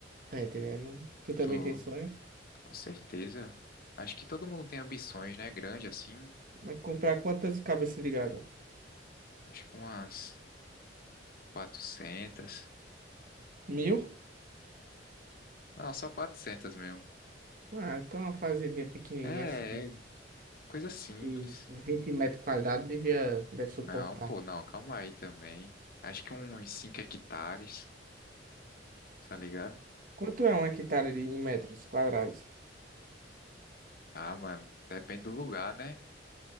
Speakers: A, on the right; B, on the left.
A: tá entendendo? Tu também
B: Tô,
A: tem sonho?
B: com certeza. Acho que todo mundo tem ambições, né? Grande assim.
A: Mas comprar
B: Tipo,
A: quantas cabeças de gado?
B: acho que umas 400.
A: Mil?
B: Não, só 400 mesmo.
A: Ah, então uma fazendinha pequenininha
B: É,
A: assim,
B: é, coisa simples.
A: de 20 metros quadrados devia, deve suportar.
B: Não, pô, não, calma aí também. Acho que uns 5 hectares, tá ligado?
A: Quanto é uma hectare de, em metros quadrados?
B: Ah, mano, depende do lugar, né?